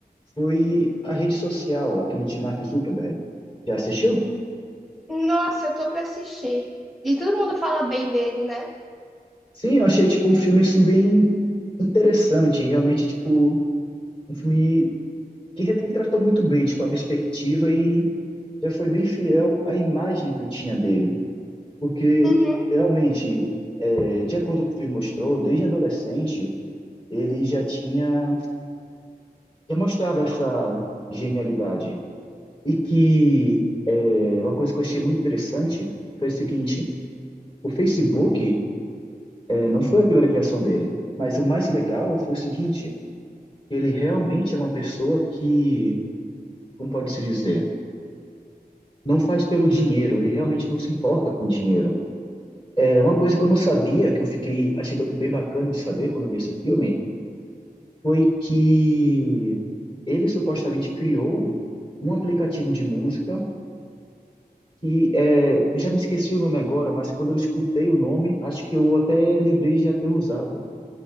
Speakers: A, on the left (about 35°); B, in the centre.
A: foi a rede social, aquele de Mark Zuckerberg. Já assistiu?
B: Nossa, eu tô pra assistir. E todo mundo fala bem dele, né?
A: Sim, eu achei tipo um filme assim bem interessante, realmente tipo Um filme que re- retratou muito bem, tipo, a perspectiva e já foi bem fiel à imagem que eu tinha dele. Porque,
B: Uhum.
A: realmente, é, de acordo com o que o filme mostrou, desde adolescente, ele já tinha, já mostrava essa genialidade. E que é, uma coisa que eu achei muito interessante foi o seguinte, o Facebook é, não foi a primeira criação dele, mas o mais legal foi o seguinte, que ele realmente é uma pessoa que, como pode-se dizer, não faz pelo dinheiro, ele realmente não se importa com o dinheiro. É uma coisa que eu não sabia, que eu fiquei achei bem bacana de saber quando eu vi esse filme, foi que ele supostamente criou um aplicativo de música que é, eu já me esqueci o nome agora, mas quando eu escutei o nome, acho que eu até lembrei de já ter usado.